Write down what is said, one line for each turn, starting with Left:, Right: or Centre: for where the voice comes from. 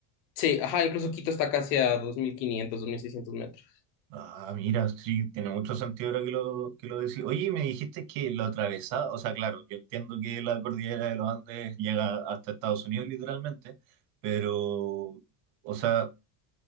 Left: Sí, ajá, incluso Quito está casi a dos dos mil quinientos, dos mil seiscientos metros.
Right: Ah, mira, sí, tiene mucho sentido ahora que lo, que lo decís. Oye, y me dijiste que lo atravesaba, o sea, claro, yo entiendo que la cordillera de los Andes llega hasta Estados Unidos literalmente, pero, o sea,